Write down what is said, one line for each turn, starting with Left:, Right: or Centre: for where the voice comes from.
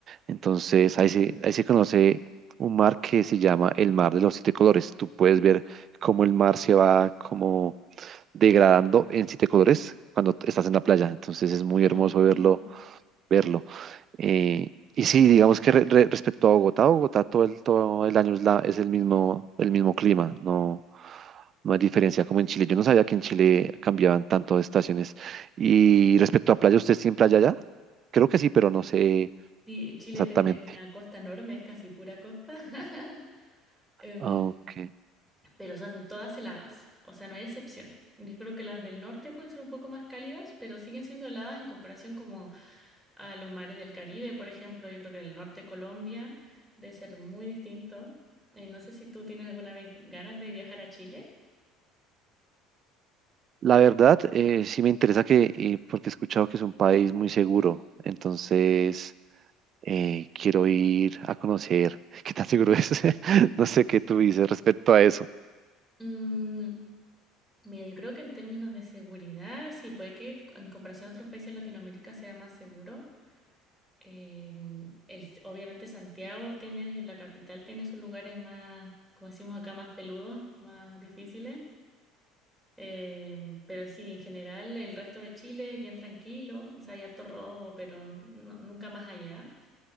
Right: Entonces, ahí se, ahí se conoce un mar que se llama el Mar de los Siete Colores. Tú puedes ver cómo el mar se va como degradando en siete colores cuando estás en la playa. Entonces, es muy
Centre: Ay,
Right: hermoso
Centre: qué
Right: verlo,
Centre: bello.
Right: verlo. Eh, y sí, digamos que re- re- respecto a Bogotá, Bogotá todo el, todo el año es, la, es el mismo, el mismo clima, no, no hay diferencia como en Chile. Yo no sabía que en Chile cambiaban tanto de estaciones. Y respecto a playa, ¿usted tiene playa allá? Creo que sí, pero no sé
Centre: Sí, Chile
Right: exactamente.
Centre: tiene una costa enorme, es casi pura costa. <laughs> Em,
Right: Ah, Ok.
Centre: pero son todas heladas, o sea, no hay excepción. Yo creo que las del norte pueden ser un poco más cálidas, pero siguen siendo heladas en comparación como a los mares del Caribe, por ejemplo. Yo creo que el norte de Colombia debe ser muy distinto. Eh, no sé si tú tienes alguna vez ganas de viajar a Chile.
Right: La verdad, eh, sí me interesa que, eh, porque he escuchado que es un país muy seguro, entonces eh, quiero ir a conocer <laughs> qué tan seguro es. <laughs> No sé qué tú dices respecto a eso.
Centre: Mm, mira, yo creo que en términos de seguridad, sí, puede que en comparación a otros países de Latinoamérica sea más seguro, Em, el- obviamente Santiago tiene, la capital tiene sus lugares más, como decimos acá, más peludos, más difíciles. Em, pero sí, en general el resto de Chile es bien tranquilo, o sea, hay harto robo, pero no- nunca más allá.